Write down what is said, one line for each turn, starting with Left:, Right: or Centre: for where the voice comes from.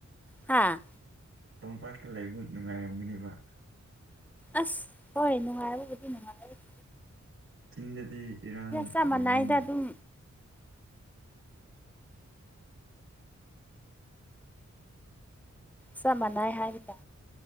Centre: ꯍꯥꯥ
Right: ꯇꯣꯝꯄꯥꯛꯇ ꯂꯩꯕꯗꯨ ꯅꯨꯡꯉꯥꯏꯔꯝꯒꯅꯦꯕ
Centre: ꯑꯁ ꯍꯣꯏ ꯅꯨꯡꯉꯥꯏꯔꯕꯨꯗꯤ ꯅꯨꯡꯉꯥꯏꯔ
Right: ꯆꯤꯡꯗꯗꯤ ꯏꯔꯥꯡ
Centre: ꯆꯞ
Right: ꯂꯩꯔꯕꯅꯤꯅ
Centre: ꯃꯥꯟꯅꯩꯗ ꯑꯗꯨꯝ ꯆꯞ ꯃꯥꯟꯅꯥꯏ ꯍꯥꯏꯔꯤꯗ